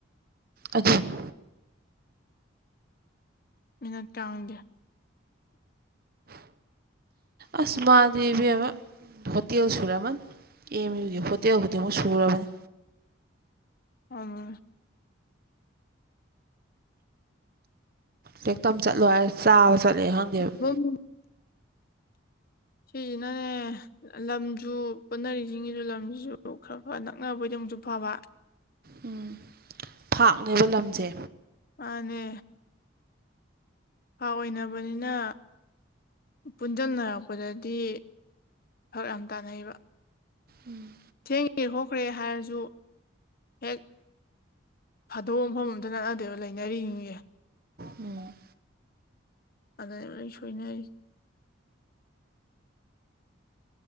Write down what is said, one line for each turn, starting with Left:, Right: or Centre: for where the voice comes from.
Right: ꯑꯗꯨꯅꯦ
Left: ꯃꯤꯅꯠ ꯀꯥꯡꯗꯦ <unintelligible>
Right: ꯑꯁ ꯃꯥꯗꯤ ꯢꯕꯤꯝꯃ ꯍꯣꯇꯦꯜ ꯁꯨꯔꯝꯃꯥꯅꯤ ꯑꯦꯝ ꯌꯨꯒꯤ ꯍꯣꯠꯇꯦꯛ ꯍꯧꯗꯤꯡꯃꯛ ꯁꯨꯔꯕꯅꯤ
Left: ꯑꯗꯨꯅꯦ
Right: ꯇꯦꯛꯇꯝ ꯆꯠꯂꯣ ꯍꯥꯏ ꯆꯥꯕ ꯆꯠꯂꯦ ꯈꯪꯗꯦꯕ
Left: ꯎꯝ ꯁꯤꯁꯤꯅꯅꯦ ꯂꯝꯁꯨ ꯄꯨꯟꯅꯔꯤꯁꯤꯡꯁꯤꯁꯨ ꯂꯝꯁꯨ ꯈꯔ ꯈꯔꯥ ꯅꯛꯅꯕ ꯑꯣꯏꯗꯤ ꯑꯃꯨꯛꯁꯨ ꯐꯕ
Right: ꯎꯝ ꯐꯥꯛꯅꯦꯕ ꯂꯝꯁꯦ
Left: ꯃꯥꯅꯦ ꯐꯥꯛ ꯑꯣꯏꯅꯕꯅꯤꯅ ꯄꯨꯟꯖꯟꯅꯔꯛꯄꯗꯗꯤ ꯐꯔꯛ ꯌꯥꯝ ꯇꯥꯟꯅꯩꯕ
Right: ꯎꯝ
Left: ꯊꯦꯡꯉꯦ ꯈꯣꯠꯈ꯭ꯔꯦ ꯍꯥꯏꯔꯁꯨ ꯍꯦꯛ ꯐꯥꯗꯧꯕ ꯃꯐꯝ ꯑꯝꯇ ꯅꯠꯅꯗꯦꯕ ꯂꯩꯅꯔꯤ ꯁꯤꯡ ꯁꯦ
Right: ꯎꯝ
Left: ꯑꯗꯅꯦ ꯂꯣꯢ ꯁꯣꯏꯅꯩꯁꯦ